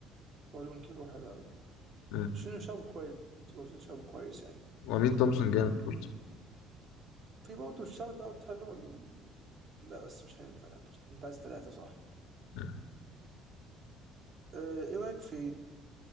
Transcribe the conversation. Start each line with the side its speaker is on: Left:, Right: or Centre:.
Right: بولو بنكيوي حلو قوي
Left: أمم،
Right: شنو شاب كويس برضه شاب كويس يعني
Left: وامين تومسون جامد برضه
Right: في برضه الشوت اوت حلو لا بس مش هينفع لا، انت أنت عايز ثلاثة صح
Left: أمم.
Right: آه، ايه رايك في